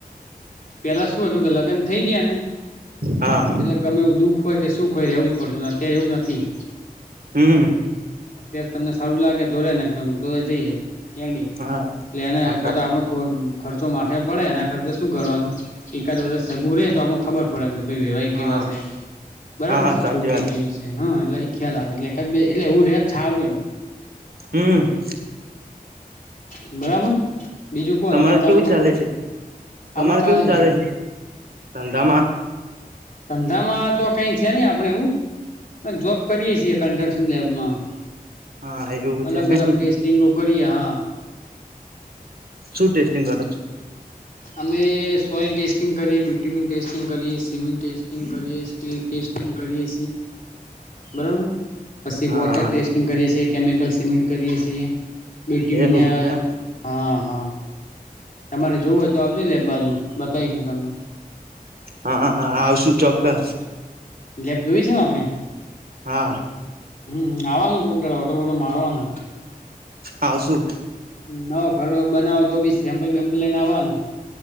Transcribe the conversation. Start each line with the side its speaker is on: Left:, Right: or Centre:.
Left: પેલા શું હતું કે લગ્ન થઇ ગયા ને
Right: હા
Left: એટલે ગમે એવું દુઃખ હો કે સુખ રહેવું જ પડે અત્યારે એવું નથી.
Right: હમ.
Left: અત્યારે તમને સારું લાગે તો રે ને તો જઈ એડી
Right: હા
Left: એટલે એને
Right: હા
Left: ક
Right: સાચી
Left: આપડો કો ખર્ચો માથે પડે એના કરતા શું કરવાનું એકાદ વર્ષ સગું રહે તો આપણે ખબર પડેકે વેવાય કેવા
Right: હા
Left: છે, બરાબર
Right: હા
Left: ને
Right: સાચી
Left: છોકરી
Right: વાત
Left: કેવી છે. હા એટલે એ ખ્યાલ આવે એટલે એટલે એવું રે સારું એમ.
Right: હમ.
Left: બરાબર. બીજું કોણ
Right: તમારે
Left: નવીનતામાં
Right: કેવું ચાલે છે તમારે
Left: આપડે ચાલે.
Right: કેવું છે ધંધામાં
Left: ધંધામાં તો કઈ છે નહી આપડે એવું. જોબ કરીએ છીએ કન્સ્ટ્રક્શન લેબમાં.
Right: હા એવું.
Left: અલગ
Right: છે ને
Left: અલગ ટેસ્ટિંગો કરીએ હા.
Right: શું ટેસ્ટિંગ કરો?
Left: અમે સોઇલ ટેસ્ટિંગ કરીએ, બ્યુટમિન ટેસ્ટિંગ કરીએ, સીમેન્ટ ટેસ્ટિંગ કરીએ, સ્ટીલ ટેસ્ટ કરીએ બરાબર. પછી
Right: હા
Left: વોટર ટેસ્ટિંગ કરીએ છીએ કેમિકલ સિમેન્ટ કરીએ છીએ બે ટીમી
Right: એવું છે એમને
Left: હા, હા. તમારે જોવ હોય તો આવજો લેબ બાજુ બતાવીશું તમને.
Right: હા હા આવશું ચોક્કસ.
Left: લેબ જોઈ છે ને આપડે?
Right: હા.
Left: હમ આવાનું કોક ઓટો બોટો મારવાનો.
Right: આવશું.
Left: નવો ઘરો બનાવો તો બી સેમ્પલ બેેમ્પલ લઈને આવવાનું.